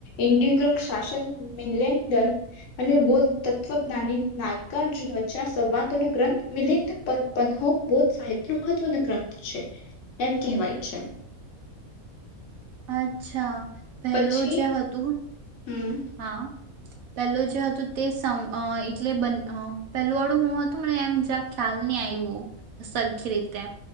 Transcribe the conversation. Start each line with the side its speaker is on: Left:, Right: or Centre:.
Left: <unintelligible> શાસન મિ અને બૌદ્ધ તત્વજ્ઞાની નાગાર્જુન વચ્ચેના સંવાદોનો ગ્રંથ મિલિંદ <unintelligible> સાહિત્ય મહત્વનો ગ્રંથ છે, એમ કહેવાય છે.
Right: અચ્છા. પેલું
Left: પછી
Right: જે હતું
Left: હમ
Right: હા. પેલું જે હતું તે સમ એટલે <unintelligible> પેલું વાળું હું હતું મને એમ જ્યા ખ્યાલ નહી આવ્યું સરખી રીતે.